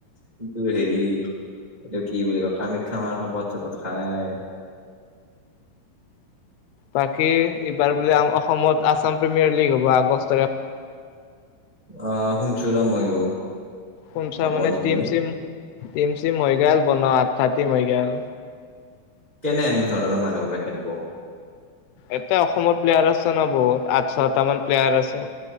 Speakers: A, on the right (about 25°); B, on the left (about 80°).
A: কিন্তু হেৰি এইটো কি বুলি কয়। কামাখ্যা মাৰ শপত চপত খায় <inaudible>
B: বাকী এইবাৰ বোলে অসমত আছাম প্ৰিমিয়াৰ লীগ হ'ব। আগষ্ট
A: অ শুনচো ৰ মইও।
B: কোনচা
A: হ'ব
B: মানে
A: নেকি
B: টিম চিম, টিম চিম হৈ গ'ল বনোৱা। আঠঠা টিম হৈ গেল।
A: কেনে আন ধৰণৰ মানুহখোপা খেলব।
B: এতিয়া অসমৰ প্লেয়াৰ আছে না বহুত। আঠ ছটা মান প্লেয়াৰ আছে।